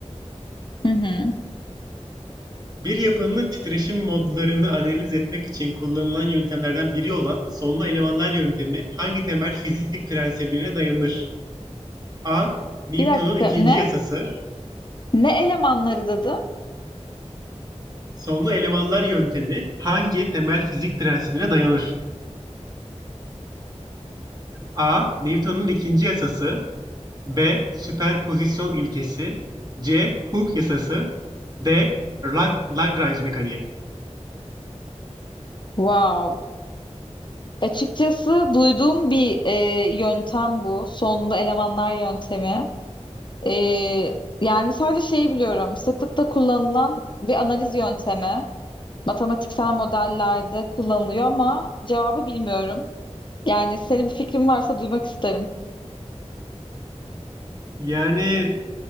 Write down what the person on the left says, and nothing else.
Hı hı.
Bir dakika
ne?
Ne elemanları dedim?
Wow. Açıkçası duyduğum bir e, yöntem bu. Sonunda elemanlar yöntemi. E, yani sadece şeyi biliyorum. Sıklıkla kullanılan bir analiz yöntemi. Matematiksel modellerde kullanılıyor ama cevabı bilmiyorum. Yani senin bir fikrin varsa duymak isterim.